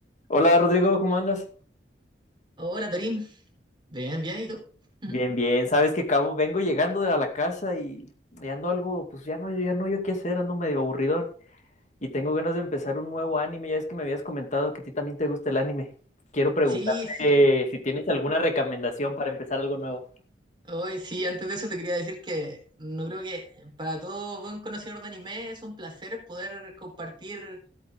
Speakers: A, on the left; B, on the right.
A: Hola Rodrigo, ¿cómo andas?
B: Hola Torín, bien, bien, ¿y tú? <laughs>
A: Bien, bien. Sabes que cabo, vengo llegando de a la casa y, y ando algo, pues ya no, ya no yo qué hacer, ando medio aburridón y tengo ganas de empezar un nuevo anime. Ya es que me habías comentado que a ti también te gusta el anime. Quiero preguntarte
B: Sí, sí.
A: si tienes alguna recomendación para empezar algo nuevo.
B: Hoy sí, antes de eso te quería decir que no creo que para todo buen conocedor de anime es un placer poder compartir